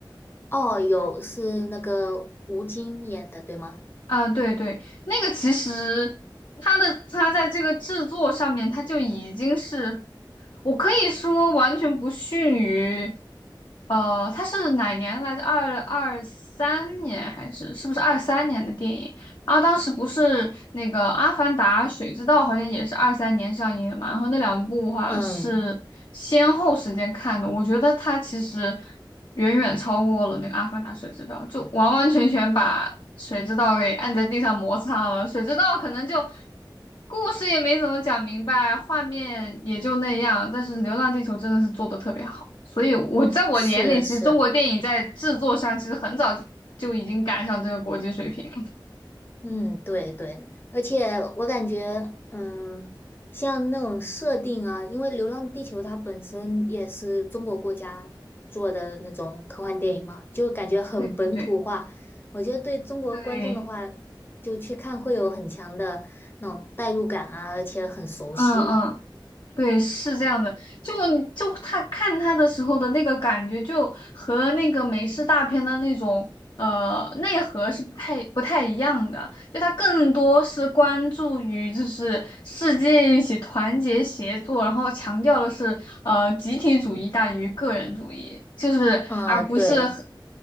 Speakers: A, on the left (about 25°); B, on the left (about 65°).
A: 哦，有是那个吴京演的，对吗？
B: 啊，对对，那个其实它的它在这个制作上面，它就已经是，我可以说完全不逊于，呃，它是哪年来着？二二三年还是是不是二三年的电影？然后当时不是那个《阿凡达》《水之道》好像也是二三年上映的嘛，然后那两部好像是先后时间看的，
A: 嗯，
B: 我觉得它其实远远超过了那个《阿凡达》《水之道》，就完完全全把。谁知道给按在地上摩擦了，谁知道可能就故事也没怎么讲明白，画面也就那样。但是《流浪地球》真的是做的特别好，所以我在我眼里，
A: 是是。
B: 其实中国电影在制作上其实很早就已经赶上这个国际水平了。
A: 嗯，对对，而且我感觉，嗯，像那种设定啊，因为《流浪地球》它本身也是中国国家做的那种科幻电影嘛，就感觉很本土化。
B: 对对对
A: 我觉得对中国观众的话，
B: 对，
A: 就去看会有很强的那种代入感啊，而且很熟悉嘛。
B: 嗯嗯。对，是这样的，就就他看他的时候的那个感觉，就和那个美式大片的那种呃内核是不太不太一样的，就他更多是关注于就是世界一起团结协作，然后强调的是呃集体主义大于个人主义，就是而不是很
A: 嗯，对，